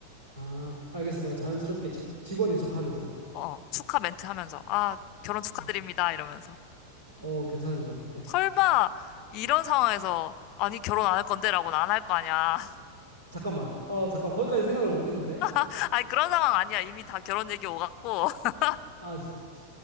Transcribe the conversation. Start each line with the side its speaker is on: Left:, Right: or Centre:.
Right: 아, 알겠어. 내가 자연스럽게 직, 직원인 척 하면서.
Left: 어. 축하 멘트 하면서, 아, 결혼
Right: 어,
Left: 축하드립니다. 이러면서.
Right: 어, 괜찮은 것 같은데.
Left: 설마, 이런 상황에서, 아니, 결혼 안 할 건데? 라고는 안 할 거 아니야.
Right: 잠깐만. 어, 잠깐. 거기까지 생각을 못 했는데.
Left: <laughs> 아니, 그런 상황 아니야. 이미 다 결혼 얘기 오갔고. <laughs>
Right: 아, 지- 지-